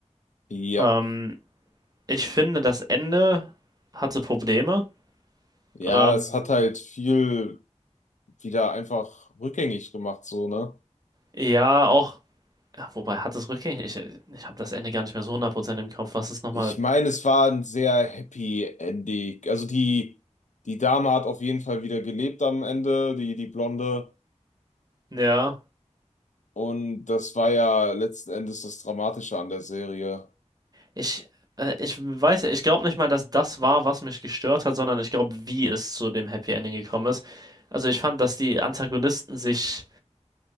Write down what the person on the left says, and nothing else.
Ja.
Ja,
es hat halt viel wieder einfach rückgängig gemacht, so, ne?
Ich meine, es war ein sehr happy Ending. Also die, die Dame hat auf jeden Fall wieder gelebt am Ende, die, die Blonde.
Und das war ja letzten Endes das Dramatische an der Serie.